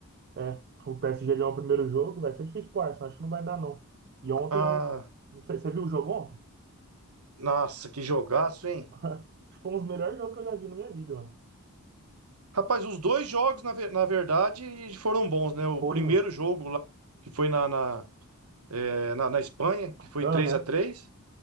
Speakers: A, on the right (about 45°); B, on the right (about 80°).
A: É, o PSG ganhou o primeiro jogo, vai ser difícil pro Arsenal, acho que não vai dar não. E ontem
B: Ah,
A: eu. Não sei, você viu o jogo ontem?
B: nossa, que jogaço, hein?
A: <laughs> Acho que foi um dos melhores jogos que eu já vi na minha vida, mano.
B: Rapaz, os dois jogos, na, ver- na verdade, foram bons, né? O
A: Foi,
B: primeiro
A: mano.
B: jogo lá, que foi na, na, é, na, na Espanha, que
A: Aham.
B: foi três a três